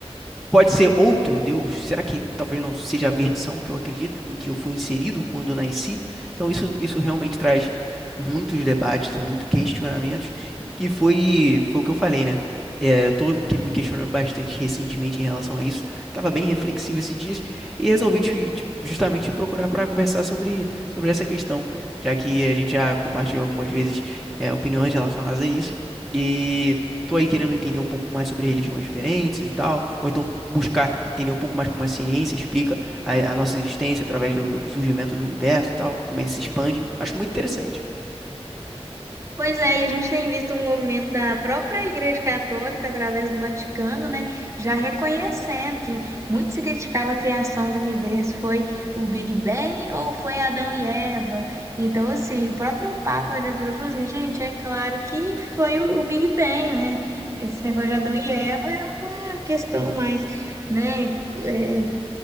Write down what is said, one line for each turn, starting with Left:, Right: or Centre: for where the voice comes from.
Centre: pode ser outro Deus. Será que talvez não seja a versão que eu acredito, em que eu fui inserido quando nasci? Então isso, isso realmente traz muitos debates e muitos questionamentos. E, e foi, foi o que eu falei, né? É, eu tô que- me questionando bastante recentemente em relação a isso. Tava bem reflexivo esses dias e resolvi te, te- justamente te procurar para conversar sobre, sobre essa questão, já que a gente já compartilhou algumas vezes é, opiniões relacionadas a isso. E tô aí querendo entender um pouco mais sobre religiões diferentes e tal, ou então buscar entender um pouco mais como a ciência explica a, a nossa existência através do, do surgimento do universo e tal, como ele se expande. Acho muito interessante.
Right: Pois é, e a gente tem visto um movimento da própria Igreja Católica, através do Vaticano, né, já reconhecendo que muito se criticava a criação do universo, foi o Big Bang ou foi Adão e Eva? Então, assim, o próprio Papa já virou e falou assim, gente, é claro que foi o o Big Bang, né? Esse negócio de Adão e Eva é uma questão mais, né, é,